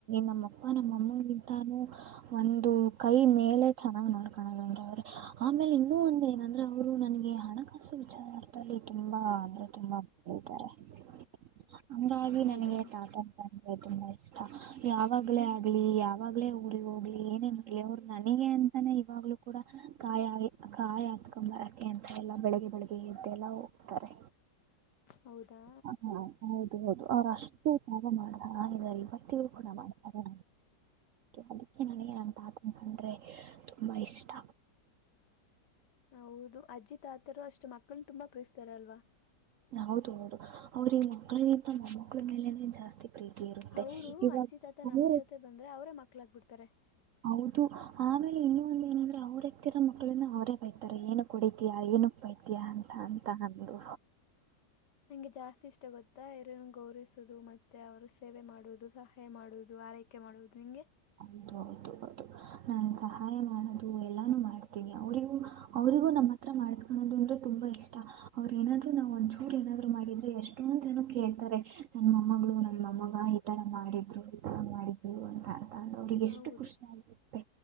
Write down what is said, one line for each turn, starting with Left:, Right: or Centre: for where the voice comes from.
Right: ನಮ್ಮ ಅಪ್ಪ ನಮ್ಮಮ್ಮಿಗಿಂತಾನೂ ಒಂದು ಕೈ ಮೇಲೆ ಚೆನ್ನಾಗ್ ನೋಡ್ಕಾಣದಂದ್ರ ಅವ್ರೆ ಆಮೇಲೆ ಇ ಇ ಒಂದ ಏನಂದ್ರೆ ಅವರು ನನ್ಗೆ ಹಣಕಾಸು ವಿಚಾರದಲ್ಲಿ ತುಂಬಾ ಅಂದ್ರೆ <unintelligible> ಹಂಗಾಗಿ
Left: ಹೌದಾ
Right: ನನಗೆ ತಾತನ್ನ ಕಂಡ್ರೆ ತುಂಬ ಇಷ್ಟ ಯಾವಾಗ್ಲೇ ಆಗ್ಲಿ ಯಾವಾಗ್ಲೇ ಊ್ರಗ್ ಹೋಗ್ಲಿ ಏನೇನ್ ಮಾಡ್ಲಿ ಅವರು ನನಗೆ ಅಂತಾನೇ ಇವಾಗ್ಲೂ ಕೂಡ ಕಾಯ ಕಾಯಿ ಹತ್ಕೊಂಬರಕ್ಕಿ ಅಂತ ಎಲ್ಲಾ ಬೆಳಿಗ್ ಬೆಳಿಗ್ಗೆ ಎದ್ದೆಲ್ಲ ಹೋಗ್ತಾರೆ
Left: ಹೌದಾ
Right: ಹಾ ಹೌದು ಹೌದು ಅವ್ರ ಅಷ್ಟು ಯ ಮಾಡ ಇವತ್ತಿಗೂ ಕೂಡ ಮಾಡ್ತಾರೆ ಅದಕ್ಕೆ ನನಗೆ ನಮ್ಮ ತಾತ ಅ ಕಂಡ್ರೆ ತುಂಬ ಇಷ್ಟ
Left: ಹೌದು ಅಜ್ಜಿ ತಾತರು ಅಷ್ಟು ಮಕ್ಳ ತುಂಬಾ ಪ್ರೀಸ್ತಾರಲ್ವಾ
Right: ಹೌದು ಹೌದು ಅವ್ರಿಗೆ ಮಕ್ಕಳಗಿಂತ ಮೊಮ್ಮಕ್ಳ ಮೇಲೆನೆ ಜಾಸ್ತಿ ಪ್ರೀತಿ ಇರುತ್ತೆ
Left: ಅವರು
Right: ಇವಾಗ
Left: ಅಜ್ಜಿ ತಾತ ನಮ್ ಜೊತೆ ಬಂದ್ರೆ ಅವರೇ ಮಕ್ಳಾಗ್ಬಿಡ್ತಾರೆ
Right: ಹೌದು ಆಮೇಲೆ ಇನ್ನು ಒಂದ ಏನಂದ್ರೆ ಅವ್ರತ್ತಿರೋ ಮಕ್ಕಳಿಂದ ಅವರೇ ಬೈತಾರೆ ಏ ಕುಡಿತಿಯಾ ಏನಕ್ ಬೈತಿಯ ಅಂತ ಅಂತ ಅಂದು
Left: ನಂಗೆ ಜಾಸ್ತಿ ಇಷ್ಟ ಗೊತ್ತಾ ಇರನ್ನು ಗೌರವಿಸುದು ಮತ್ತೆ ಅವರು ಸೇವೆ ಮಾಡುವುದು ಸಹಾಯ ಮಾಡುವುದು ಆರೈಕೆ ಮಾಡುವುದು ನಿಂಗೆ
Right: ಹೌದು ಹೌದು ನಾನು ಸಹಾಯ ಮಾಡೋದು ಎಲ್ಲಾನು ಮಾಡ್ತೀನಿ ಅವರಿಗೂ ಅವರಿಗೂ ನಮ್ಮ ಹತ್ರ ಮಾಡಿಸಿಕೊಳೋದು ಅಂದ್ರೆ ತುಂಬಾ ಇಷ್ಟ ಅವ್ರು ಏನಾದ್ರು ನಾವು ಒಂದಚೂರು ಏನಾದ್ರು ಮಾಡಿದ್ರೆ ಎಷ್ಟೊಂದು ಜನ ಕೇಳ್ತಾರೆ ನಮ್ಮ ಮಮ್ಮಗಳು ನಮ್ಮ ಮಮ್ಮಗ ಈತರ ಮಾಡಿದ್ರು ಈತರ ಮಾಡಿದ್ರು ಅಂತ ಅರ್ಥ ಅ ಅವ್ರಿಗೆ ಎಷ್ಟು
Left: ಹೌದು
Right: ಖುಷಿ ಆ